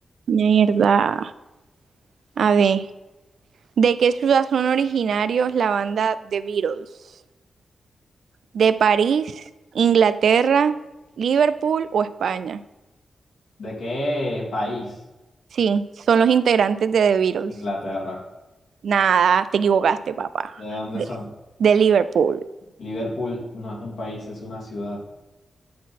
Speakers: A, on the right (about 75°); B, on the left (about 80°).
A: Mierda. A ver, ¿de qué ciudad son originarios la banda The Beatles? ¿De París, Inglaterra, Liverpool o España?
B: ¿De qué país?
A: Sí, son los integrantes de The Beatles.
B: Inglaterra.
A: Nada, te equivocaste, papá.
B: ¿De dónde
A: De,
B: son?
A: de Liverpool.
B: Liverpool no es un país, es una ciudad.